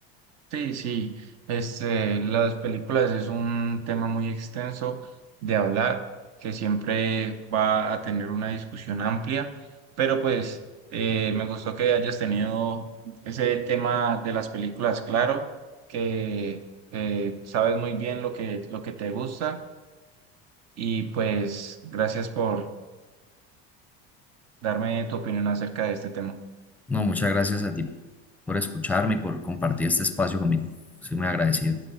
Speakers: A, on the right (about 55°); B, in the centre.
A: Sí, sí, este, las películas es un tema muy extenso de hablar, que siempre va a tener una discusión amplia, pero pues eh, me gustó que hayas tenido ese tema de las películas claro, que eh, sabes muy bien lo que, lo que te gusta y pues gracias por darme tu opinión acerca de este tema.
B: No, muchas gracias a ti por escucharme y por compartir este espacio conmigo. Soy muy agradecido.